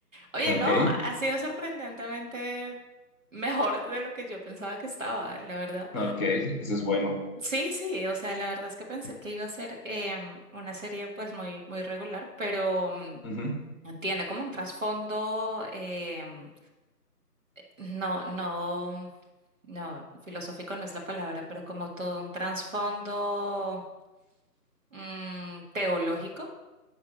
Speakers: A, on the right (about 50°); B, on the left (about 20°).
A: Oye,
B: Ok,
A: no, ha sido sorprendentemente mejor de lo que yo pensaba que estaba, la verdad.
B: ok, eso es bueno.
A: Sí, sí, o sea, la verdad es que pensé que iba a ser em, una serie pues muy, muy regular, pero mm,
B: Ujú.
A: tiene como un trasfondo, em, no, no, no, filosófico no es la palabra, pero como todo un trasfondo mm, teológico,